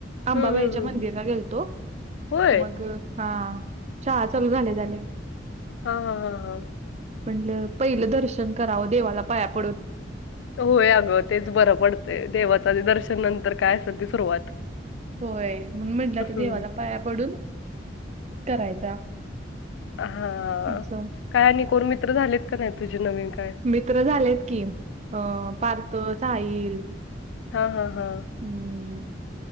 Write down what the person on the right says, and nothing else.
आंबाबाईच्या
मंदिरला
गेलतो
मग हा चहा चालू झाले झाले
म्हणटलं पहिलं दर्शन करावं देवाला पाया पडत
होय म्हण म्हटलं
तर देवाला पाया पडून करायचा
अस
मित्र झालेत कि अं पारतचईल
हम्म